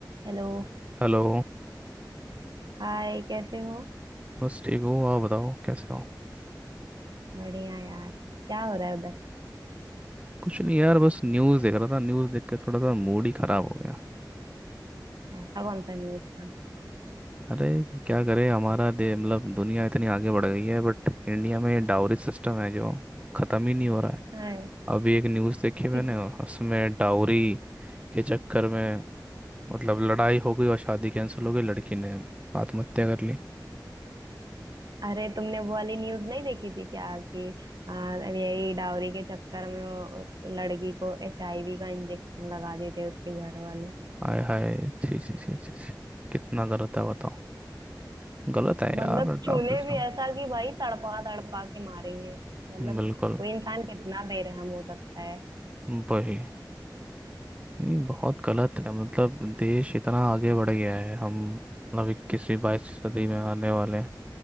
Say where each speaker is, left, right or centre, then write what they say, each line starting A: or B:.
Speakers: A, on the right; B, on the right.
A: हेलो
B: Hello
A: हाय कैसे हो
B: बस ठीक हूँ आप बताओ कैसे हो
A: बढ़िया यार क्या हो रहा है उधर
B: कुछ नहीं यार बस न्यूज़ देख रहा था न्यूज़ देख के थोड़ा सा मूड ही ख़राब हो गया
A: ऐसा कौन सा न्यूज़ था
B: अरे क्या करे हमारा दे मतलब दुनिया इतनी आगे बढ़ गई है बट इंडिया में डाउरी सिस्टम है जो ख़त्म ही नहीं हो रहा है
A: अरे
B: अभी एक न्यूज़ देखी
A: <laughs>
B: मैंने उसमें डाउरी के चक्कर में मतलब लड़ाई हो गई और शादी कैंसिल हो गई लड़की ने आत्महत्या कर ली
A: अरे, तुमने वो वाली न्यूज़ नहीं देखी थी क्या कि आ, यही डाउरी के चक्कर में वो- उस लड़की को एचआईवी का इंजेक्शन लगा देते हैं उसके घर वाले
B: आय हाय छी छी छी छी छी कितना गलत है बताओ गलत है यार
A: मतलब
B: डाउरी
A: चूने
B: सिस्टम
A: भी ऐसा कि भाई तड़पा तड़पा के मारेंगे मतलब
B: बिल्कुल
A: कोई इंसान कितना बेरहम हो सकता है
B: वही ये बहुत गलत है मतलब देश इतना आगे बढ़ गया है हम मतलब इक्कीसवीं बाईसवीं सदी में आने वाले हैं